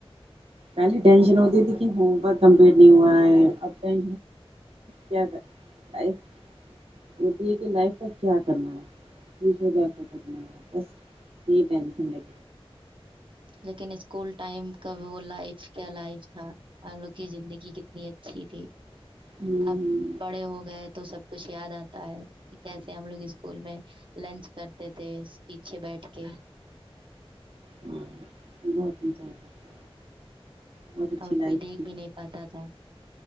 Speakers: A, on the right; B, on the right.
A: پہلے ٹینشن ہوتی تھی کہ ہوم ورک کمپلیٹ نہیں ہوا ہے اب ب کیا لائف ہوتی ہے کہ لائف کا کیا کرنا ہے چیز و کر اورنا بس نہیں پینشن لگ
B: لیکن اسکول ٹائم کا وہ لائف کیا لائف تھا ہم لوگ کی زندگی کتنی اچھی تھی
A: ہے ہوں
B: اب بڑے ہو گئے تھے تو سب کچھ یاد آتا ہے کہ کیسے ہم لوگ اسکول میں لنچ کرتے تھے پیچھے بیٹھ کے
A: ہاں بہت مزا کرتا بہت اچھی
B: اور
A: لائف
B: کوئی دیکھ
A: کی
B: بھی نہیں پاتا تھا